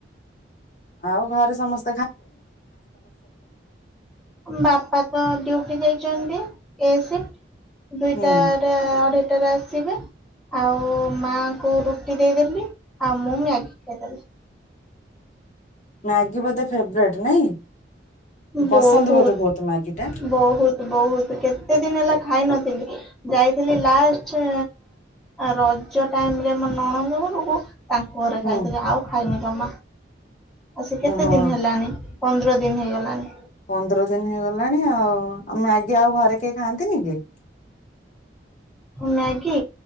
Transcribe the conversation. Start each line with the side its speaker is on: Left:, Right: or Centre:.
Left: ଆଉ ଘରେ ସମସ୍
Centre: ବାପା ତ ଡିଉଟି ଯାଇଚନ୍ତି। ଏ ସିଫ୍ଟ ଦୁଇଟା
Left: ହୁଁ
Centre: ରେ ଅଢେଇ ଟାରେ ଆସିବେ। ଆଉ ମାଆଙ୍କୁ ରୁଟି ଦେଇଦେଲି ଆଉ ମୁଁ ବି ମ୍ୟାଗି ଖାଇଦେଲି।
Left: ମ୍ୟାଗି ବୋଧେ ଫେବରଟ ନାଇଁ। ପସନ୍ଦ
Centre: ବହୁତ
Left: ବୋଧେ ମ୍ୟାଗି ଟା
Centre: ବହୁତ ବହୁତ କେତେ ଦିନ ହେଲା ଖାଇନ। ଯାଇଥିଲି ଲାଷ୍ଟ ରଜ ଟାଇମ ରେ ମୋ ନଣନ୍ଦଗୁରକୁ। ତାଙ୍କ ଘରେ
Left: ହୁଁ
Centre: ଖାଇଥିଲି ଆଉ ଖାଇନି ଜମା ଆଉ ସେ କେତେ
Left: ଓହୋ
Centre: ଦିନ ହେଲଣିି। ପନ୍ଦର ଦିନ ହେଇଗଲାଣି।
Left: ପନ୍ଦର ଦିନ ହେଇଗଲାଣି ଆଉଉ ମଗି ଆଉ ଘରେ କେହି ଖାଆନ୍ତିନି କି।
Centre: ମ୍ୟାଗି